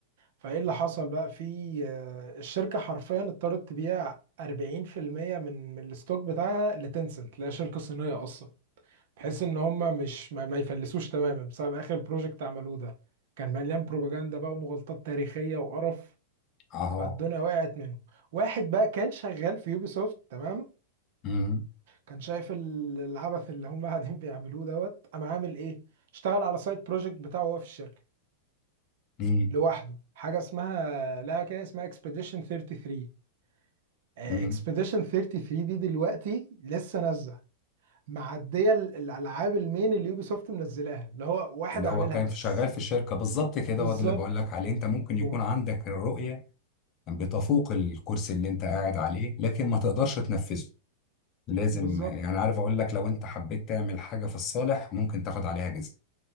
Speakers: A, on the right; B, on the left.
A: فايه اللي حصل بقى في آه، الشركه حرفيا اضطرت تبيع 40% من من الستوك بتاعها لتنسنت اللي هي شركه صينيه اصلا بحيث ان هم مش ما, ما يفلسوش تماما بسبب اخر بروجكت عملوه ده كان مليان بروباجندا بقى ومغالطات تاريخيه وقرف
B: اه
A: فالدنيا وقعت منهم واحد بقى كان شغال في يوبيسوفت تمام
B: مم،
A: كان شايف ال- العبث اللي هم قاعدين بيعملوه دوت قام عامل ايه اشتغل على سايد بروجكت بتاعه هو في الشركه
B: مم،
A: لوحده حاجه اسمها لا كده اسمها اكسبيديشن 33 اكسبediشن
B: مم.
A: 33 دي دلوقتي لسه نازله معديه ال- الالعاب المين اللي يوبي سوفت منزلاها اللي هو واحد
B: اللي
A: عاملها
B: هو كان
A: بس
B: في شغال في الشركه بالظبط كده
A: بالظبط
B: هو ده اللي بقول لك عليه انت ممكن
A: ب-
B: يكون عندك الرؤيه بتفوق الكرسي اللي انت قاعد عليه لكن ما تقدرش تنفذه لازم
A: بالظبط
B: يعني عارف اقول لك لو انت حبيت تعمل حاجه في الصالح ممكن تاخد عليها جزء